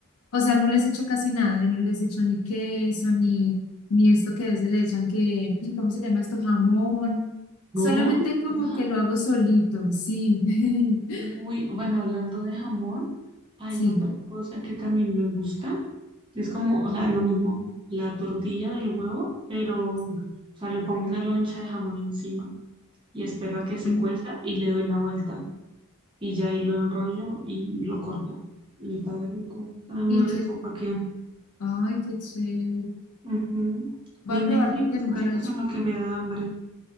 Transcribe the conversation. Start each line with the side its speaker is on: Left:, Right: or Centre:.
Left: o sea, no les echo casi nada, yo no les echo ni queso, ni, ni esto que a veces le echan que, ay, ¿cómo se llama esto? Jamón.
Right: No,
Left: Solamente
Right: de
Left: como
Right: verdad.
Left: que lo hago solito, sí. <laughs>
Right: Uy, bueno, hablando de jamón, hay
Left: Sí.
Right: otra cosa que también me gusta. Es como, o sea, lo mismo, la tortilla del huevo, pero,
Left: Sí.
Right: o sea, le pongo una loncha de jamón encima y espero a que se
Left: Ah,
Right: cueza y le doy la vuelta. Y ya ahí lo enrollo y lo corto. Y sabe rico, sabe muy
Left: ¿Y
Right: rico,
Left: qué?
Right: ¿para qué?
Left: Ay, qué chévere.
Right: Ujú.
Left: Voy
Right: Me
Left: a
Right: invento
Left: probar porque
Right: ahí unas
Left: nunca
Right: cositas
Left: lo he hecho.
Right: en lo que me da hambre.